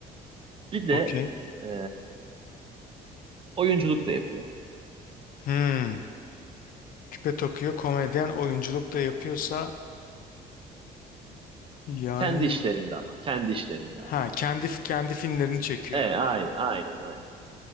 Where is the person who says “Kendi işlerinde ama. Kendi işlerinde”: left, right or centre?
Right